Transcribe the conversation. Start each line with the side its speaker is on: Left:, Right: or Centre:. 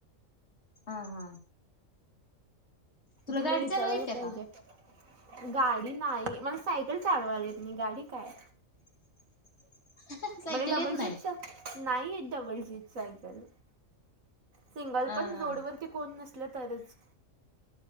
Left: हा हा तुला
Right: दिले
Left: गाडी
Right: विचारायले
Left: चालवा येत्या
Right: पाहिजे.
Left: का?
Right: गाडी नाही मला सायकल चालवायला येतं नाही गाडी काय?
Left: <inaudible> सायकल
Right: म्हणजे डबल
Left: येत नाही?
Right: सीटच नाही येतं डबल सीटच सायकल सिंगल
Left: हा
Right: पण
Left: हा
Right: रोडवरती कोण नसल तरच.